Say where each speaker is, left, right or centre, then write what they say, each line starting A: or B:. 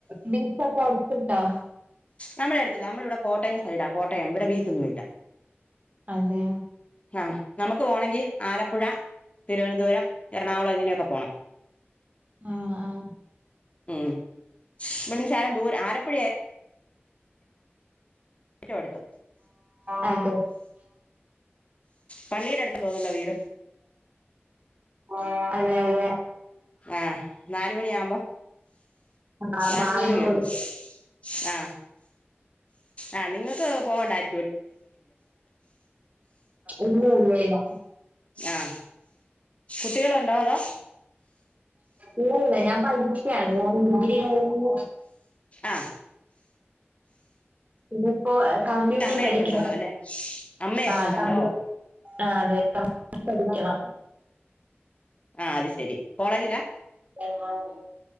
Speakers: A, on the right; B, on the left.
A: ബീച്ചൊക്കെ അട്ത്ത്ണ്ടൊ
B: നമ്മടെ അട്ത്തില്ല നമ്മളിവിടെ കോട്ടയം സൈഡ കോട്ടയം ഇവിടെ ബീച്ചൊന്നും ഇല്ല
A: അതേ
B: യാഹ്. നമുക്ക് പോണൊങ്കി ആലപ്പുഴ തിരുവനന്തുരം, എറണാകുളം ഇങ്ങനെയൊക്കെ പോണം.
A: ആഹ് ആഹ്
B: ഉം. ഇവിടെന്ന് ശാലം ദൂര ആലപ്പുഴ ഏറ്റവും അട്ത്ത്.
A: അതെ.
B: പള്ളിയുടെ അടുത്ത് തോന്നല്ലൊ വീട്?
A: ആഹ് അതെ, അതെ.
B: ആഹ്. നാലുമണിയാവ്‌മ്പം
A: ആ
B: ബാങ്ക് വിളി കേക്കും.
A: കൊടുക്കും.
B: ആഹ്, ആഹ് നിങ്ങൾക്ക് പോവണ്ടായി...
A: ഇല്ല ഇല്ല ഇല്ലാ.
B: ആഹ്. കുട്ടികളുണ്ടൊ അതൊ?
A: ഇല്ലില്ല. ഞാൻ പഠിക്കാണ്. ഞാൻ ഡിഗ്രി കഴിഞ്ഞു.
B: ആഹ്
A: ഇനിപ്പൊ ഏഹ് കമ്പ്യൂട്ടർ
B: അമ്മയൊക്കെ
A: പഠിക്കണം.
B: ഉണ്ടല്ലോ അല്ലെ അമ്മയൊക്കെ
A: ആഹ്
B: ഉണ്ടല്ലോ
A: കമ്പ്യൂ.... ആഹ് അതെ. കമ്പ്യൂട്ടർ പഠിക്കണം.
B: ആഹ് അത് ശരി. കോളേജിലാ?
A: പഠിക്കണം.